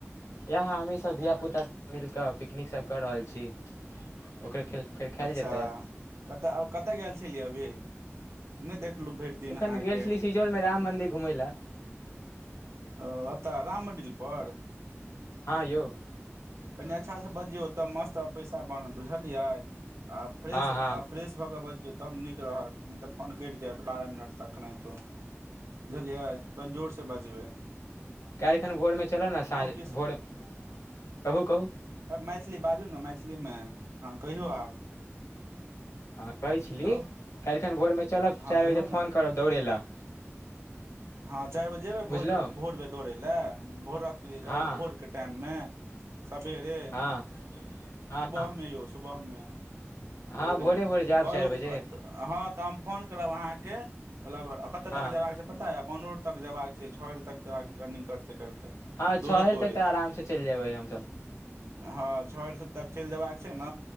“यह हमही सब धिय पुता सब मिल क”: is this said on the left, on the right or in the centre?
Left